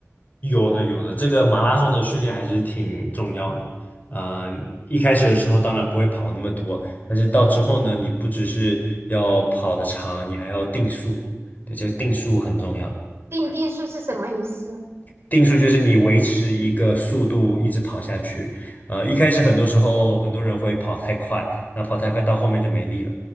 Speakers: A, on the left; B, on the right.
A: 有的有的，这个马拉松的训练还是挺重要的。嗯、一开始的时候当然不会跑那么多，但是到之后呢，你不只是要跑得长，你还要定速。对，这个定速很重要。
B: 定定数是什么意思？
A: 定速就是你维持一个速度一直跑下去。呃，一开始很多时候很多人会跑太快，那跑太快到后面就没力了。